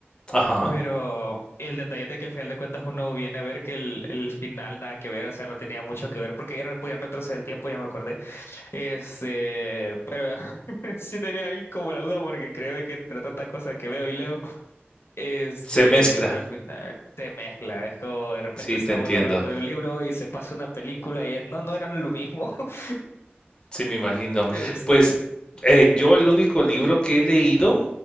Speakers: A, on the left; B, on the left.
A: ajá.
B: Pero el detalle es de que al final de cuentas uno viene a ver que el, el final nada que ver, o sea, no tenía mucho que ver, porque era- podían retroceder el tiempo, ya me acordé. Este, <laughs> Sí tenía ahí como la duda porque creo que entre tantas cosas que veo y leo, este,
A: Se mezcla.
B: pero al final se mezcla, es como de repente
A: Sí,
B: está
A: te entiendo.
B: uno hablando de un libro y se pasa una película y es, no, no eran lo mismo. <laughs>
A: Sí, me imagino.
B: Este.
A: Pues eh, yo el único libro que he leído